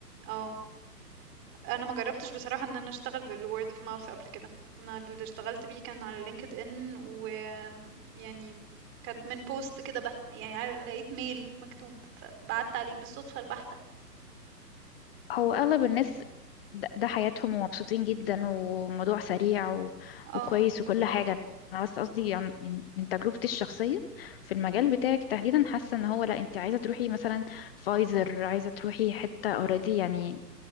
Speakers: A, on the right; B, on the left.
A: آه. انا ما جربتش بصراحه ان انا اشتغل بالword of mouth قبل كده انا اللي اشتغلت بيه كان على لينكد ان و يعني كانت من بوست كده بقى يعني عار- لقيت ميل مكتوب فبعت عليه بالصدفه البحته
B: هو اغلب الناس ده, ده حياتهم ومبسوطين جدا وموضوع سريع و...
A: اه
B: وكويس وكل حاجة انا بس قصدي عن يعني من تجربتي الشخصية في المجال بتاعك تحديدا حاسة ان هو لا انت عايزة تروحي مثلا فايزر عايزة تروحي حتة اوريدي يعني